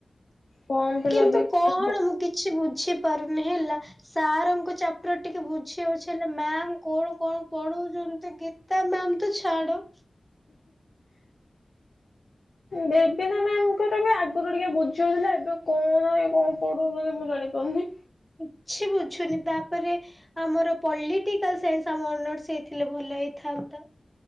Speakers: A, on the left; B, in the centre.
A: ଫର୍ମ ଫିଲପ
B: କିନ୍ତୁ
A: ବି
B: କଣ ମୁ କିଛି ବୁଝି ପାରୁନି ହେଲା ସାରଙ୍କ ଚାପଟର ଟିକେ ବୁଝି ହଉଚି ହେ ମ୍ୟାାମ୍ କଣ କଣ ପଢ଼ଉଚନ୍ତି ଗୀତା ମ୍ୟାମ୍ ତ ଛାଡ଼
A: ଦେବିନା ମ୍ୟାମ୍ ଙ୍କର ବି ଆଗୁରୁ ଟିକେ ବୁଝି ହୋଉଥୁଲା ଏବେ କଣ ଏ କଣ ପଢ଼ୋଉଚନ୍ତି ମୁଁ ଜାଣି ପାରୁନେଇ।
B: କିଛି ବୁଝୁନି ତାପରେ ଆମର ପଲିଟିକାଲ୍ ସାଇନ୍ସ୍ ଆମ ଅନର୍ସ ହେଇଥିଲେ ଭଲ ହେଇଥାନ୍ତା।